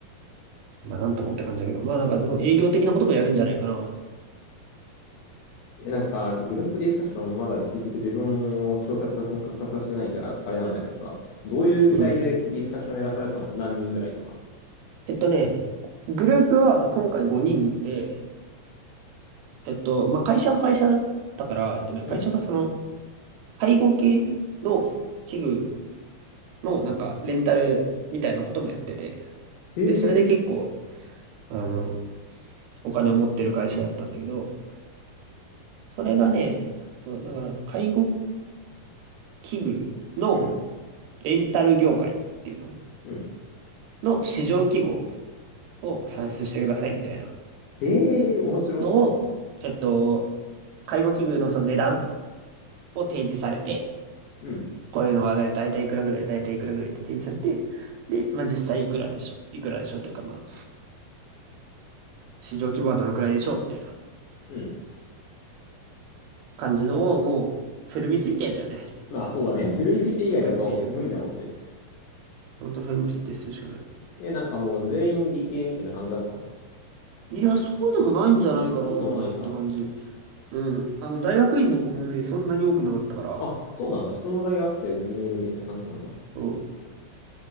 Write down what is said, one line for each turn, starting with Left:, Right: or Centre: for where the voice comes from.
Right: まあなんともって感じだけど、まあなんかその営業的なこともやるんじゃないかな。
Left: え、なんか、グループディスカッションまだ結局自分を就活本格化させてないから、あれなんだけどさ、どういう議題でディスカッションやらされたの何人ぐらいとか。
Right: うん。えっとね、グループは今回5人で、えっと、まあ会社が会社だったから、えっとね、
Left: うん。
Right: 会社がその介護系の器具のなんかレンタルみたいなこともやってて、
Left: へえ。
Right: で、それで結構、あの、お金を持ってる会社だったんだけど、それがね、そうだから介護器具の
Left: うん。
Right: レンタル業界っていうの
Left: うん。
Right: の市場規模を算出してくださいみたいな
Left: へえ、面白。
Right: のを、えっと、介護器具のその値段を提示されて、
Left: うん。
Right: こういうのはだだいたいいくらぐらい、だいたいいくらぐらいって提示されて、で、まあ実際いくらでしょう、いくらでしょうというか、まあ市場規模はどのくらいでしょうみたいな
Left: うん。
Right: 感じのをもうフェルミ推定だよね。
Left: まあそうだね。<laughs> ゼロに推定以外だと無理だもんね。
Right: していくっていう。ほんとフェルミ推定するしかない。
Left: え、なんかもう全員理系みたいな感じだったの
Right: いや、そうでもないんじゃないかなって感じ。
Left: そうでもないか。
Right: うん。あの、大学院の子もね、そんなに多くなかったから、
Left: あ、そうなんだ。普通の大学生全然いるみたいな感じなんだ。
Right: そ